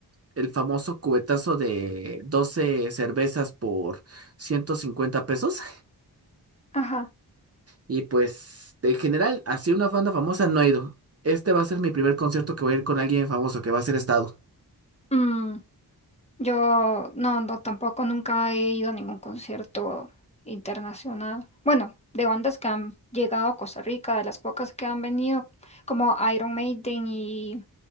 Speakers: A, on the right; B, on the left.
A: el famoso cubetazo de 12 cervezas por 150 pesos.
B: Ajá.
A: Y pues, en general, así una banda famosa no he ido. Este va a ser mi primer concierto que voy a ir con alguien famoso, que va a ser Estado.
B: Mm. Yo no, no, tampoco nunca he ido a ningún concierto internacional. Bueno, de bandas que han llegado a Costa Rica, de las pocas que han venido, como Iron Maiden y